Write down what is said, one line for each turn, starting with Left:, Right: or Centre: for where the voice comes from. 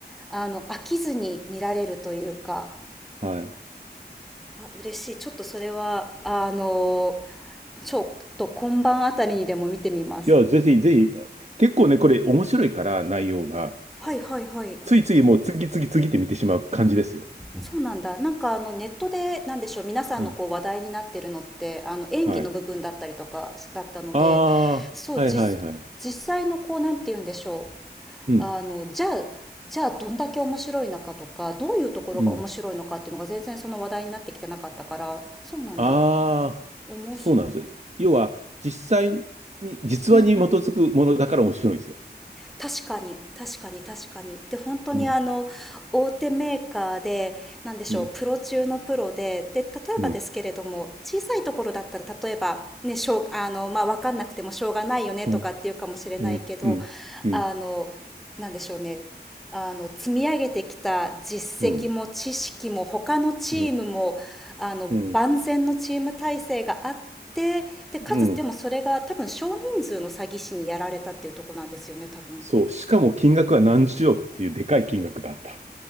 Centre: あの飽きずに見られるというか
Right: はい。
Centre: あ嬉しいちょっとそれはあのちょっと今晩あたりにでも見てみます。
Right: いや、ぜひ、ぜひ、結構ね、これ面白いから、内容が。
Centre: はいはいはい
Right: ついついもう次、次、次って見てしまう感じですよ。
Centre: そうなんだ。なんかあのネットでなんでしょう皆さんのこう話題になってるのってあの演技の部分だったりとかだったので、
Right: うん。はい。ああ、
Centre: そう実実際のこうなんて言うんでしょう。
Right: はいはいはい。うん、
Centre: あのじゃあじゃあどんだけ面白いのかとかどういうところが面白いのかっていうのが全然その話題になってきてなかったからそうなんだ。
Right: うん。ああ、
Centre: おもし、
Right: そうなんです要は、実際に、実話に基づくものだから面白いんですよ。
Centre: うんうん確かに確かに確かにで本当にあの大手メーカーでなんでしょうプロ中のプロでで例えばですけれども小さいところだったら例えばねしょうあの、
Right: うん、うん、うん、
Centre: まあ、分かんなくてもしょうがないよねとかっていうかもしれないけど
Right: うん、うん、うん、うん、うん、
Centre: あのなんでしょうねあの積み上げてきた実績も知識も他のチームもあの万全のチーム体制があってでかつでもそれが多分少人数の詐欺師にやられたっていうとこなんですよね多分
Right: うん、うん、うん。そう。しかも金額は何十億っていうでかい金額だった。